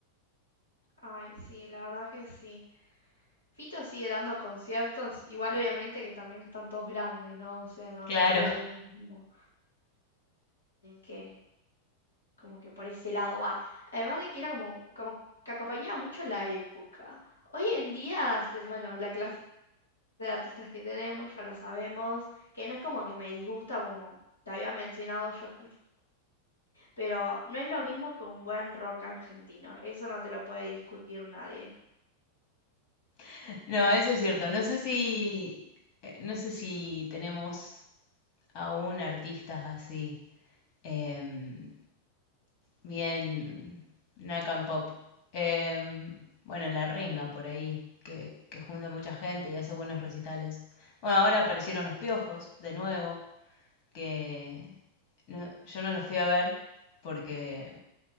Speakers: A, on the left; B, on the left.
A: Ay, sí, la verdad que sí. Fito sigue dando conciertos, igual obviamente que también están todos grandes, ¿no? O sea, no,
B: Claro.
A: no sería lo mismo. Así que, como que por ese lado va. Además de que era como, como que acompañaba mucho la época. Hoy en día, este, bueno, la clase de artistas que tenemos, ya lo sabemos, que no es como que me disgusta, como te había mencionado, yo escucho, pero no es lo mismo que un buen rock argentino, eso no te lo puede discutir nadie.
B: <laughs> No, eso es cierto. No sé si, eh, no sé si tenemos aún artistas así. em, Bien, Nakan Pop. Em, bueno, La Renga
A: Mm.
B: por ahí, que, que junta mucha gente y hace buenos recitales. Bueno, ahora aparecieron Los Piojos, de nuevo, que no- yo no los fui a ver porque